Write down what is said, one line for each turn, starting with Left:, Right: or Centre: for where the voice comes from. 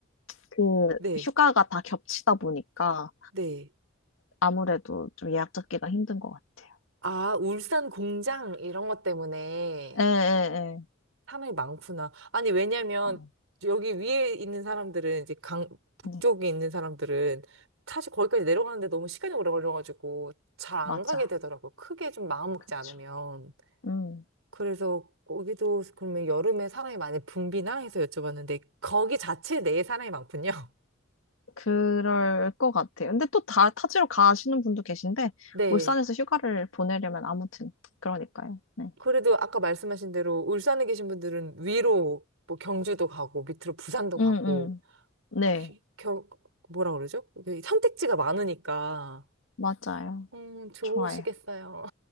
Left: 그
Right: 네,
Left: 휴가가 다 겹치다 보니까
Right: 네.
Left: 아무래도 좀 예약 잡기가 힘든 것 같아요.
Right: 아, 울산 공장 이런 것 때문에
Left: 예, 예, 예.
Right: 사람이 많구나. 아니, 왜냐면
Left: 아,
Right: 여기 위에 있는 사람들은 이제 강, 북쪽에
Left: 네,
Right: 있는 사람들은 사실 거기까지 내려가는데 너무 시간이 오래 걸려가지고 잘
Left: 맞아.
Right: 안 가게 되더라고요. 크게 좀 마음 먹지
Left: 그쵸.
Right: 않으면.
Left: 음.
Right: 그래서 거기도 그러면 여름에 사람이 많이 붐비나 해서 여쭤봤는데 거기 자체 내에 사람이 많군요. <laughs>
Left: 그럴 것 같아요. 근데 또 다, 타지로 가시는 분도 계신데,
Right: 네.
Left: 울산에서 휴가를 보내려면 아무튼, 그러니까요. 네.
Right: 그래도 아까 말씀하신 대로 울산에 계신 분들은 위로 뭐 경주도 가고 밑으로 부산도
Left: 음,
Right: 가고
Left: 음. 네.
Right: 이 겨, 뭐라 그러죠? 이게 선택지가 많으니까
Left: 맞아요.
Right: 음, 좋으시겠어요.
Left: 좋아요.